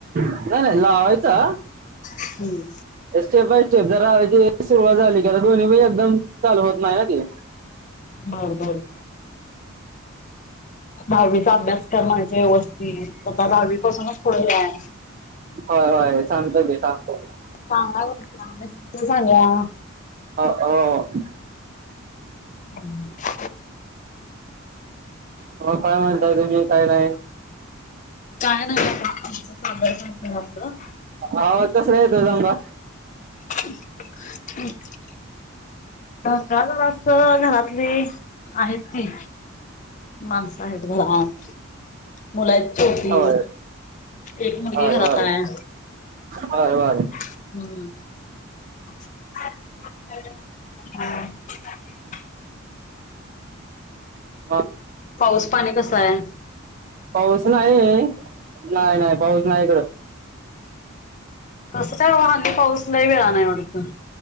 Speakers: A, on the right (about 40°); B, on the left (about 35°).
A: नाही नाही लावायचा.
B: हुं.
A: स्टेप बाय स्टेप, जरा सुरुवात झाली का दोन्ही प एकदम चालू होत नाही हा ते.
B: बर बर.
A: <inaudible>
B: दहावीचा अभ्यास कर म्हणायच व्यवस्थित, आता दहावी पासूनच पुढं हे हाय.
A: व्हय व्हय, सांगतो घे सांगतो घे.
B: कामा <unintelligible> मस्त झालीया.
A: हा अ ओ.
B: <inaudible>
A: हो काय म्हणताय तुम्ही काय नाही?
B: काय नाही साध आपलं चालू हाय काम घरातलं.
A: आवाज कसला येतोय सांगा?
B: ह् <unintelligible> दंगा जरास घरातली आहेत की माणस हायेत घरात, मुल हायित छोटी.
A: होय
B: एक मुलगी
A: बर
B: घरात
A: बर
B: हाय.
A: बर बर
B: हूम्म. हम् <inaudible>
A: मग
B: पाऊस पाणी कसं हाय?
A: पाऊस नाही, नाही नाही पाऊस नाही इकडं.
B: कस काय बाबा? हल्ली पाऊस लई वेळा न हाय वाटत.